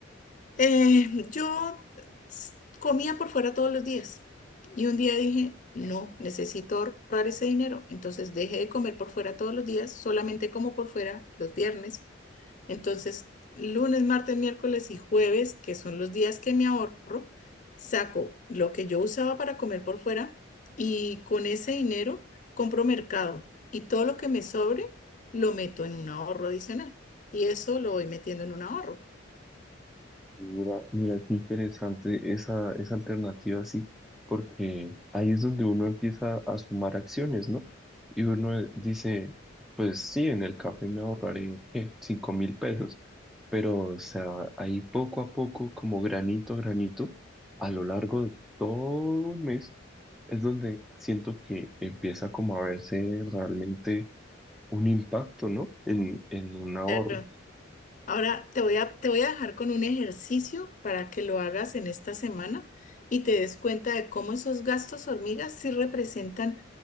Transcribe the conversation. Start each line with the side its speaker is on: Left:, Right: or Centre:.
Left: Eh, yo s- comía por fuera todos los días y un día dije, no, necesito ahorrar ese dinero. Entonces dejé de comer por fuera todos los días, solamente como por fuera los viernes entonces, lunes, martes, miércoles y jueves, que son los días que me ahorro, saco lo que yo usaba para comer por fuera y con ese dinero compro mercado y todo lo que me sobre lo meto en un ahorro adicional y eso lo voy metiendo en un ahorro.
Centre: Mira, mira, qué interesante esa, esa alternativa, sí, porque ahí es donde uno empieza a sumar acciones, ¿no? Y uno dice, pues sí, en el café me ahorraré, ¿qué? Cinco mil pesos, pero, o sea, ahí poco a poco, como granito a granito, a lo largo de todo un mes, es donde siento que empieza como a verse realmente un impacto, ¿no? En, en un ahorro.
Left: Pero ahora te voy a, te voy a dejar con un ejercicio para que lo hagas en esta semana y te des cuenta de cómo esos gastos hormigas sí representan